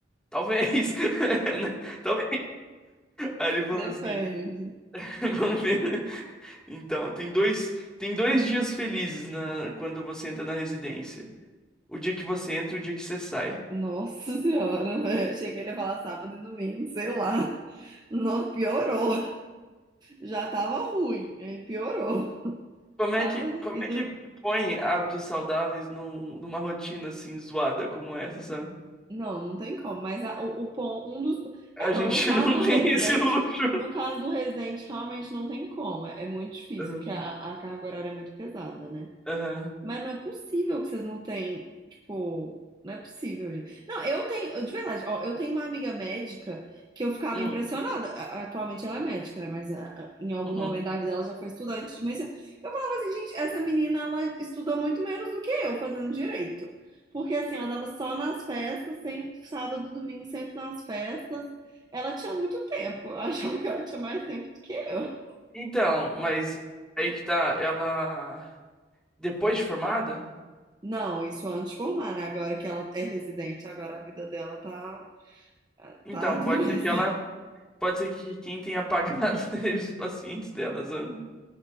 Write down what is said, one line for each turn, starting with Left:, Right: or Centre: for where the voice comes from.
Centre: talvez. <laughs> Talvez. Aí ele falou
Right: Depende.
Centre: assim, <laughs> vamos ver. Então, tem dois, tem dois dias felizes na, quando você entra na residência. O dia que você entra e o dia que você sai.
Right: Nossa senhora, velho. Achei que ele ia falar sábado e domingo, sei lá. Nossa, piorou. Já tava ruim, aí piorou.
Centre: Como é
Right: Sábado
Centre: que, como
Right: e
Centre: é
Right: do.
Centre: que põe hábitos saudáveis num- numa rotina assim zoada como essa, sabe?
Right: Não, não tem como. Mas a- o, o pon- um dos. É,
Centre: A
Right: não,
Centre: gente
Right: no caso
Centre: <laughs> não
Right: do
Centre: tem
Right: residente,
Centre: esse luxo.
Right: no caso do residente, realmente não tem como. É, é muito difícil,
Centre: Aham.
Right: porque a, a carga horária é muito pesada, né?
Centre: Aham.
Right: Mas não é possível que vocês não têm, tipo, não é possível, gente. Não, eu tenho, de verdade, ó, eu tenho uma amiga médica que eu ficava
Centre: Hum,
Right: impressionada. A- Atualmente ela é médica, né? Mas a- a- em algum
Centre: uhum.
Right: momento da vida ela já foi estudante de medicina. Eu falava assim, gente, essa menina, ela estuda muito menos do que eu fazendo direito. Porque assim, ela tava só nas festas, sempre, sábado, domingo, sempre nas festas. Ela tinha muito tempo. Eu <laughs> achava que ela tinha mais tempo do que eu.
Centre: Então, mas aí que tá, ela depois de formada,
Right: Não, isso antes de formar, né? Agora que ela é residente, agora a vida dela tá
Centre: então
Right: Tá, dureza.
Centre: pode ser que ela pode ser que quem tenha apagado <laughs> os pacientes delas, né?